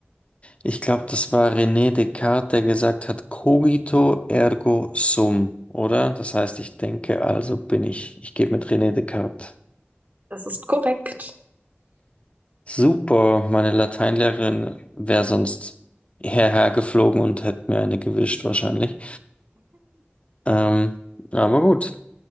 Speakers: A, on the left; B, on the right.
A: ich glaube, das war René Descartes, der gesagt hat, cogito ergo sum, oder? Das heißt, ich denke, also bin ich. Ich gehe mit René Descartes.
B: Das ist korrekt.
A: Super, meine Lateinlehrerin wäre sonst hierher geflogen und hätte mir eine gewischt wahrscheinlich. Ähm, aber gut,